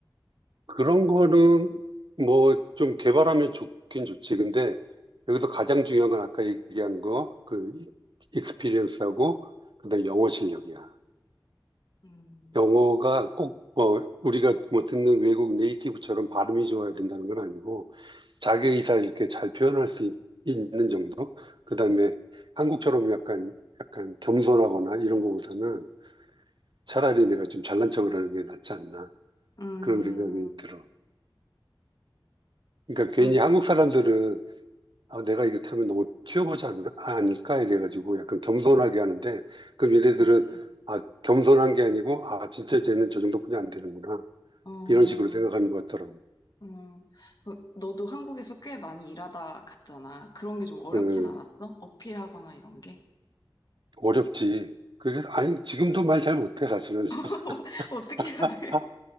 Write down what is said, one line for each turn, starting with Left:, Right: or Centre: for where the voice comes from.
Right: 그런 거는 뭐 좀 개발하면 좋긴 좋지. 근데 여기서 가장 중요한 건 아까 얘기한 거, 그 익스피리언스하고 그다음에 영어 실력이야.
Left: 음,
Right: 영어가 꼭 뭐 우리가 뭐 듣는 외국 네이티브처럼 발음이 좋아야 된다는 건 아니고 자기 의사를 이렇게 잘 표현할 수 있, 는 정도? 그다음에 한국처럼 약간 약간 겸손하거나 이런 거보다는 차라리 내가 좀 잘난 척을 하는 게 낫지 않나
Left: 음,
Right: 그런 생각이 들어. 그러니까
Left: 그럼,
Right: 괜히 한국 사람들은 아, 내가 이렇게 하면 너무 튀어보지 않, 않을까 이래가지고 약간 겸손하게 하는데 그럼 얘네들은
Left: 그치.
Right: 아, 겸손한 게 아니고 아, 진짜 쟤는 저 정도뿐이 안 되는구나.
Left: 어,
Right: 이런 식으로 생각하는 것 같더라고요.
Left: 음, 그, 너도 한국에서 꽤 많이 일하다 갔잖아. 그런 게 좀 어렵진
Right: 음,
Left: 않았어? 어필하거나 이런 게?
Right: 어렵지. 그래서 아니, 지금도 말 잘 못해, 사실은.
Left: <laughs>
Right: <laughs>
Left: 어떻게 해야 돼?
Right: 아,